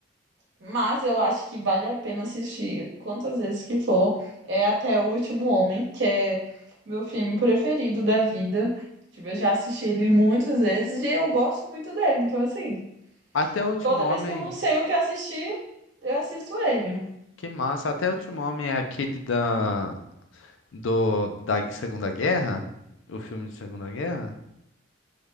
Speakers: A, on the right; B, on the left.
A: mas eu acho que vale a pena assistir quantas vezes que for, é Até o Último Homem, que é meu filme preferido da vida. Tipo, eu já assisti ele muitas vezes e eu gosto muito dele. Então, assim,
B: Até o Último
A: toda
B: Homem.
A: vez que eu não sei o que assistir, eu assisto ele.
B: Que massa. Até o último homem é aquele da do da Segunda Guerra? O filme de Segunda Guerra?